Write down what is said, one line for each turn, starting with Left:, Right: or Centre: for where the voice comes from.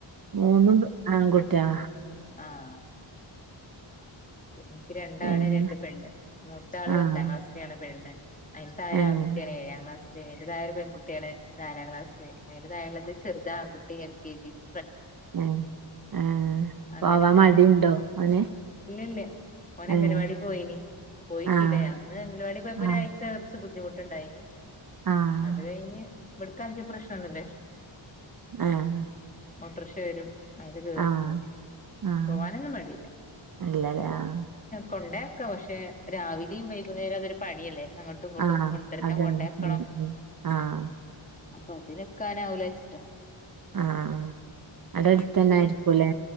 Right: മൂന്നും ആൺകു ട്ടിയ
Left: ആഹ് എനിക്ക് രണ്ടാണ്
Right: പിന്നെ
Left: രണ്ട് പെണ്ണ് മൂത്തയാള്
Right: ആഹ്
Left: പത്താംക്ലാസ്സിലാണ് പെണ്ണ് അയിന് താഴെ
Right: ഏഹ്
Left: ആൺകുട്ടിയാണ് ഏഴാംക്ലാസ്സ്‌ നേരെ താഴെ പെൺകുട്ടിയാണ് നാലാം ക്ലാസ്സില് നേരെ താഴെയുള്ളത് ചെറുത്‌ ആൺകുട്ടിയ കെജിയില്
Right: മ് ഏഹ്
Left: അങ്ങനെ
Right: പോവാൻ
Left: പോണ്
Right: മടിണ്ടോ ഓന്
Left: ഇല്ലില്ല ഓന് അങ്കണവാടിയില്
Right: ഏഹ്
Left: പോയിന് പോയിട്ടില്ലേ
Right: ആഹ്
Left: അന്ന് അങ്കണവാടിയില് പോയപ്പോ
Right: ആഹ്
Left: ഒരാഴ്ച കുറ ബുദ്ധിമുട്ടുണ്ടായിനി
Right: ആഹ്
Left: അത് കഴിഞ്ഞ് ഇവട് കാക്കി പ്രശ്നൊന്നൂല്ല
Right: ആഹ്
Left: ഓട്ടോറിക്ഷ വരും അയില് കേറും
Right: ആഹ്
Left: പോകും
Right: ആഹ്
Left: പോവാനൊന്നും മടിയില്ല
Right: <unintelligible>
Left: കൊണ്ടെയാക്കാം പക്ഷെ രാവിലെയും വൈകുന്നേരോ അതൊരു പണിയല്ലേ അങ്ങോട്ടും ഇങ്ങോട്ടും
Right: ആഹ്
Left: കൊണ്ടുവരണം
Right: അതന്നെ
Left: കൊണ്ടയാക്കണം
Right: മ് മ് ആഹ്
Left: അപ്പൊ അതിനൊക്കെനാവുലാച്ചിട്ടാ
Right: ആഹ്
Left: പിന്നെ
Right: അവിടെ അടുത്തന്നെ
Left: വണ്ടി
Right: ആയിരിക്കൂലേ